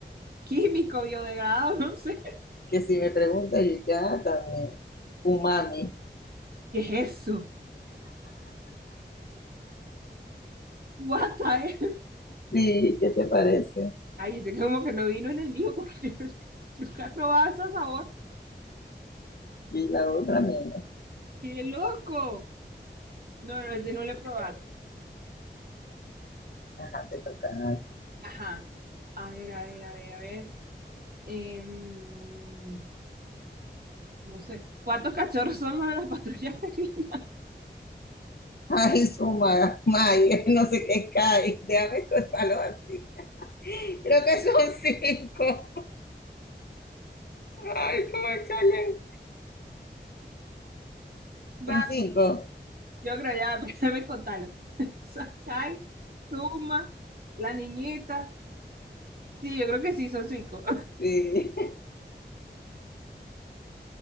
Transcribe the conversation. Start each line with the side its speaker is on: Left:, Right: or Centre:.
Right: químico, biodegradado, no sé.
Left: Que si me preguntas, yo ya también. Umami.
Right: ¿Qué es eso? What the-
Left: Sí, ¿qué te parece?
Right: Ay, es como que no vino en el mío porque <laughs> yo no- nunca he probado ese sabor.
Left: Y la otra mía.
Right: ¡Qué loco! No, no, ese no lo he probado.
Left: deja tocar.
Right: Ajá. A ver, a ver, a ver, a ver. Em, no sé. ¿Cuántos cachorros son los de la patrulla canina?
Left: Ay, suma, may, no sé qué cae. Déjame contarlo así. Creo que son cinco. Ay, cómo chale.
Right: <laughs>
Left: Son
Right: Va,
Left: cinco.
Right: yo creo ya, <laughs> déjame contarlo. <laughs> Sakai, Suma, la niñita. Sí, yo creo que sí, son cinco.
Left: Sí.